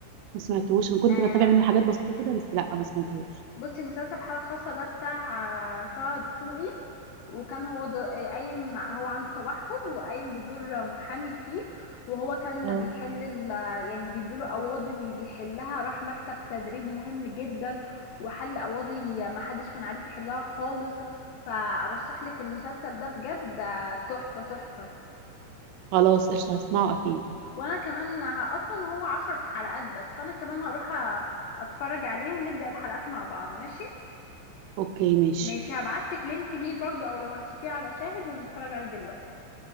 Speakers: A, on the right; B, on the left.
A: ما سمعتهوش انا كنت
B: آه
A: بتابع منه حاجات بسيطه كده بس لا ما سمعتهوش
B: بصي مسلسل حالة خاصة ده بتاع آه، طه دسوقي وكان هو ض- آه، قايم مع- هو عنده توحد وقايم بدور محامي فيه وهو كان
A: اه
B: بيحل ال- آه، يعني بيدوله قواضي وبيحلها راح مكتب تدريب مهم جدا وحل قواضي ما حدش كان عارف يحلها خالص فارشح لك المسلسل ده بجد آه، تحفة تحفة
A: خلاص قشطه هسمعه اكيد
B: وانا كمان ه- اصلا هو عشر حلقات بس فانا كمان هروح أ- اتفرج عليه ونبدأ الحلقات مع بعض ماشي
A: اوكي ماشي
B: ماشي هبعتلك لينك ليه برضو او لو هتشوفيه على شاهد ونتفرج عليه دلوقتي